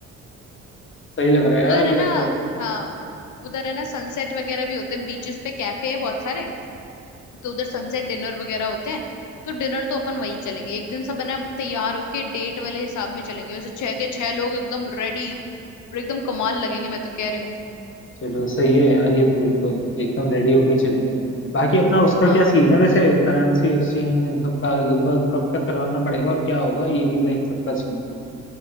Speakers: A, on the left; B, on the left.
A: सही लग रहा है
B: उधर
A: यार अभी
B: है ना
A: तक तो
B: हाँ उधर है ना सनसेट वगैरह भी होते हैं बीचेस पे कैफे है बहुत सारे तो उधर सनसेट डिनर वगैरह होते हैं तो डिनर तो अपन वहीं चलेंगे एक दिन सब है ना तैयार होके डेट वाले हिसाब में चलेंगे वैसे छह के छह लोग एकदम रेडी और एकदम कमाल लगेंगे मैं तो कह रही हूँ
A: चलो सही है यार ये तो बिल्कुल एकदम रेडी होके ही चलेंगे बाकी अपना उसका
B: हाँ
A: क्या सीन है वैसे करेंसी एक्सचेंज इन सब का लगभग कब तक करवाना पड़ेगा और क्या होगा ई वीजा इन सब का सीन